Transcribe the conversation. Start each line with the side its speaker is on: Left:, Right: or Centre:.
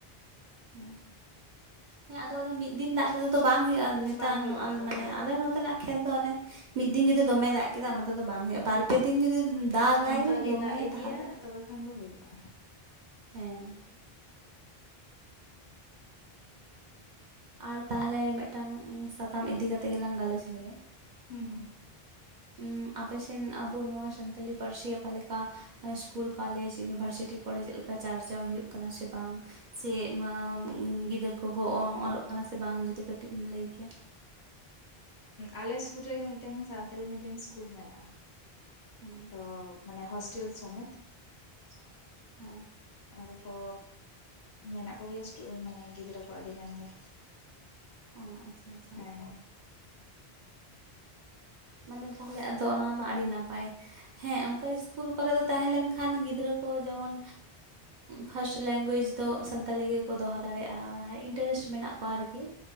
Right: ᱦᱩᱸ ᱦᱮᱸ ᱟᱫᱚ ᱚᱱᱮ ᱢᱤᱫ ᱫᱤᱱ ᱫᱟᱜ ᱛᱮᱫᱚ ᱛᱚ ᱵᱟᱝ ᱦᱳᱭᱳᱜ-ᱟ᱾ ᱱᱮᱛᱟᱨ
Left: ᱵᱟᱝ ᱦᱩᱭᱩᱜᱼᱟ
Right: ᱱᱚᱜ
Left: ᱛᱚ
Right: ᱢᱟᱱᱮ
Left: ᱦᱳᱭ
Right: ᱟᱞᱮ ᱱᱚᱛᱮᱱᱟᱜ ᱠᱷᱮᱛ ᱫᱚ ᱚᱱᱮ ᱢᱤᱫ ᱫᱤᱱ ᱡᱩᱫᱤ ᱫᱚᱢᱮ ᱫᱟᱜ ᱠᱮᱫᱟ ᱚᱱᱟ ᱛᱮᱫᱚ ᱵᱟᱝ ᱦᱳᱭᱳᱜ-ᱟ, ᱵᱟᱨ ᱯᱮ ᱫᱤᱱ ᱡᱩᱫᱤ ᱫᱟᱜᱟᱭ
Left: ᱚᱱᱠᱟ ᱜᱮ
Right: ᱫᱚᱢᱮ
Left: ᱫᱟᱜ ᱤᱫᱤᱭᱟ
Right: ᱛᱟᱦᱚᱞᱮ
Left: ᱛᱚᱵᱮ ᱠᱷᱟᱱ ᱫᱚ ᱦᱩᱭᱩᱜᱼᱟ᱾
Right: ᱦᱮᱸ᱾ ᱟᱨ ᱛᱟᱦᱚᱞᱮ ᱢᱤᱫᱴᱟᱝ ᱥᱟᱛᱟᱢ ᱤᱫᱤ ᱠᱟᱛᱮ ᱜᱮᱞᱟᱝ ᱜᱟᱞᱚᱪ ᱞᱮᱜᱮ᱾
Left: ᱦᱩᱸ ᱦᱩᱸ᱾
Right: ᱩᱸ ᱟᱯᱮᱥᱮᱱ ᱟᱵᱚ ᱱᱚᱣᱟ ᱥᱟᱱᱛᱟᱞᱤ ᱯᱟᱹᱨᱥᱤ ᱚᱠᱟᱞᱮᱠᱟ ᱥᱠᱩᱞ, ᱠᱚᱞᱮᱡᱽ, ᱤᱭᱩᱱᱤᱵᱷᱟᱨᱥᱤᱴᱤ ᱠᱚᱨᱮ ᱪᱮᱫ ᱞᱮᱠᱟ ᱪᱟᱨᱪᱟᱣ ᱦᱩᱭᱩᱜ ᱠᱟᱱᱟ ᱥᱮ ᱵᱟᱝ? ᱪᱮᱜ ᱢᱟ ᱩᱸ ᱜᱤᱫᱟᱹᱨ ᱠᱚᱠᱚ ᱚᱞᱚᱜ ᱠᱟᱱᱟ ᱥᱮ ᱵᱟᱝ ᱡᱩᱫᱤ ᱠᱟᱹᱴᱤᱡ ᱮᱢ ᱞᱟᱹᱭ ᱠᱮᱭᱟ?
Left: ᱟᱞᱮ ᱥᱩᱨ ᱨᱮᱜᱮ ᱢᱤᱫᱴᱟᱝ ᱥᱟᱣᱛᱟᱞᱤ ᱢᱤᱰᱤᱭᱟᱢ ᱥᱠᱩᱞ ᱢᱮᱱᱟᱜᱼᱟ᱾
Right: ᱦᱮᱸ
Left: ᱛᱚ ᱢᱟᱱᱮ ᱦᱚᱥᱴᱮᱞ ᱥᱚᱢᱮᱛ᱾
Right: <inaudible> ᱦᱮᱸ
Left: ᱟᱫᱚ ᱠᱚ ᱢᱮᱱᱟᱜ ᱠᱚᱜᱮᱭᱟ ᱥᱴᱩ ᱢᱟᱱᱮ ᱜᱤᱫᱽᱨᱟᱹ ᱠᱚ ᱟᱹᱰᱤ ᱜᱟᱱ ᱜᱮ᱾
Right: ᱚᱸ ᱟᱪᱪᱷᱟ ᱟᱪᱪᱷᱟ᱾
Left: ᱦᱮᱸ
Right: ᱢᱟᱱᱮ ᱛᱟᱦᱚᱞᱮ ᱟᱫᱚ ᱚᱱᱟ ᱢᱟ ᱟᱹᱰᱤ ᱱᱟᱯᱟᱭ ᱦᱮᱸ ᱚᱱᱠᱟ ᱤᱥᱠᱩᱞ ᱠᱚᱨᱮᱫᱚ ᱛᱟᱦᱮᱸ ᱞᱮᱱᱠᱷᱟᱱ ᱜᱤᱫᱽᱨᱟᱹ ᱠᱚ ᱡᱮᱢᱚᱱ ᱯᱷᱟᱥᱴ ᱞᱮᱝᱜᱩᱭᱮᱡᱽ ᱫᱚ ᱥᱟᱱᱛᱟᱞᱤ ᱜᱮᱠᱚ ᱫᱚᱦᱚ ᱫᱟᱲᱮᱭᱟᱜᱼᱟ ᱤᱱᱴᱟᱨᱮᱥᱴ ᱢᱮᱱᱟᱜ ᱠᱚᱣᱟ ᱟᱨᱠᱤ᱾